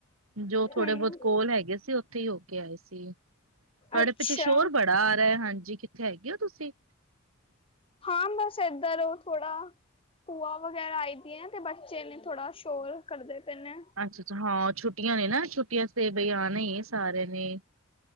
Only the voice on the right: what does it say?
ਜੋ ਥੋੜੇ
ਬਹੁਤ ਕੋ ਲ ਹੈਗੇ ਸੀ ਉੱਥੇ ਹੀ ਹੋ ਕੇ ਆਏ ਸੀ, ਤੁਹਾਡੇ
ਪਿੱਛੇ ਸ਼ੋਰ ਬੜਾ ਆ ਰਿਹਾ ਹੈ, ਹਾਂਜੀ। ਥੇ ਹੈਗੇ ਹੋ ਤੁਸੀਂ?
ਅੱਛਾ- ਅੱਛਾ ਹਾਂ ਛੁੱਟੀਆਂ ਨੇ ਨਾ ਛੁੱਟੀਆਂ ਤੇ ਬਈ ਆਣਾ ਹੀ ਏ ਸਾਰੇਆਂ ਨੇ।